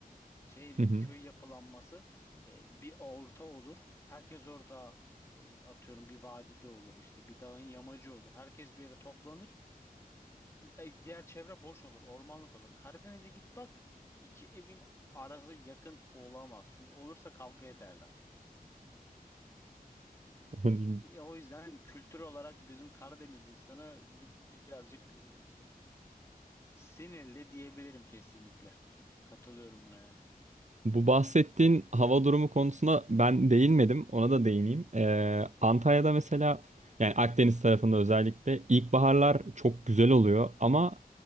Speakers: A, on the left (about 15°); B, on the right (about 50°).
A: Şehir
B: <laughs>
A: köy yapılanması e, bir orta olur. Herkes orada e, atıyorum bir vadide olur işte bir dağın yamacı olur. Herkes bir yere toplanır. E, diğer çevre boş olur, ormanlık olur. Karadeniz'e git bak iki evin arası yakın olamaz. Çünkü olursa kavga ederler.
B: <laughs> Hani
A: E, e, o yüzden kültür olarak bizim Karadeniz insanı bi- birazcık e, sinirli diyebilirim kesinlikle. Katılıyorum buna yani.
B: Bu bahsettiğin hava durumu konusuna ben değinmedim. Ona da değineyim. Ee, Antalya'da mesela yani Akdeniz tarafında özellikle ilkbaharlar çok güzel oluyor ama